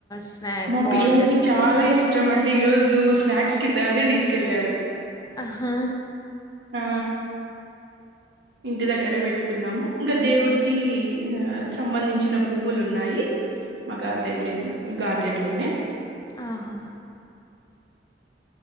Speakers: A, on the left; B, on the right.
A: స్నాక్
B: మా
A: బాగుంటది
B: పిల్లలకి
A: ఫ్రూట్స్
B: చాలా ఇష్టం అండి ఈ రోజు స్నాక్స్ కి అదే తీసుకెళ్లారు
A: అహా
B: ఆ ఇంటి దగ్గర పెట్టుకున్నాము ఇంకా దేవుడికి ఆ సంబంధించిన పువ్వులు ఉన్నాయి మా గార్డెన్ లో గార్డెన్ లోనే
A: ఆహా